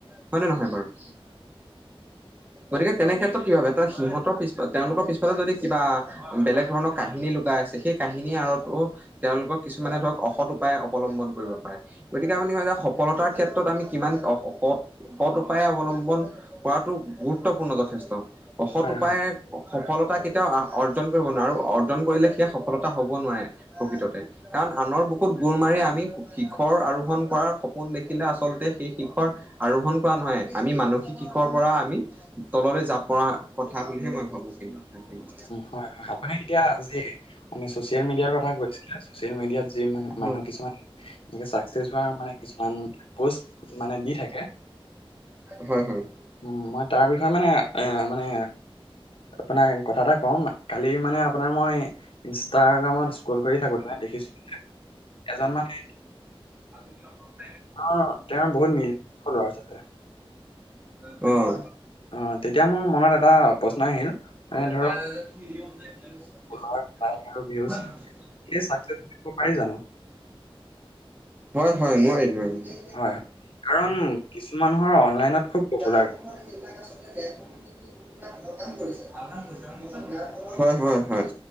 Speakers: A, on the right; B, on the left.
A: হয়নে, নহয় বাৰু? হয়। গতিকে তেনে ক্ষেত্ৰত কি ভাবে এ, সিহঁতৰ পিছ তেওঁলোকৰ পিছফালে যদি কিবা বেলেগ ধৰণৰ। কাহিনী লুকাই আছে, সেই কাহিনীৰ আঁৰতো তেওঁলোকৰ কিছুমানে ধৰক, অসৎ উপায় অৱলম্বন কৰিব পাৰে। গতিকে আপুনি কয় যে সফলতাৰ ক্ষেত্ৰত আমি কিমান সৎ উপায় অৱলম্বন কৰাটো গুৰুত্বপূৰ্ণ যথেষ্ট। অসৎ
B: হয়
A: উপায়েৰে
B: হয়
A: সফলতা কেতিয়াও অৰ্জন কৰিব নোৱাৰো আৰু জন কৰিলে সেইয়া সফলতা হ'ব নোৱাৰে প্ৰকৃততে। কাৰণ আনৰ বুকুত গোৰ মাৰি আমি শিখৰ আৰোহণ কৰাৰ সপোন দেখিলে, আচলতে সেই শিখৰ আৰোহণ কৰা নহয়, আমি মানসিক শিখৰৰ পৰা আমি তললৈ যাব পৰা কথা বুলিহে মই ভাবো কিন্তু।
B: হয়-হয়, আপুনি এতিয়া যি মানে চচিয়েল মিডিয়াৰ কথা কৈছিলে ছ'চিয়েল মিডিয়াত যি
A: হয়
B: মানুহ কিছুমান এনেকে চাকচেছ হোৱা মানে কিছুমান পষ্ট মানে দি থাকে।
A: হয়-হয়।
B: উম, মই তাৰ বিষয়ে মানে, এ মানে আপোনাৰ কথা এটা ক'ম, কালি মানে আপোনাৰ মই ইনষ্টাগ্ৰামত স্কল কৰি থাকোতেনে, দেখিছো যে এজন মানে
A: আজি <unintelligible>
B: অ', তেওঁ বহুত মিলিন ফ'ল'ৱাৰচ আছে।
A: উম,
B: অ', তেতিয়া মোৰ মনত এটা প্ৰশ্ন আহিল।
A: অ',
B: মানে ধৰক
A: <unintelligible>
B: ফলোৱাৰ লাইক আৰু ভিউজ এই চাক <unintelligible> পাৰি জানো
A: হয়-হয়, নোৱাৰি-নোৱাৰি।
B: হয়, কাৰণ কিছু মানুহৰ অনলাইনত খুব
A: বিদ্যালয়সমূহত
B: পপুলাৰ
A: সেইবিলাক আচলতে দেখ <unintelligible> হয়-হয়-হয়।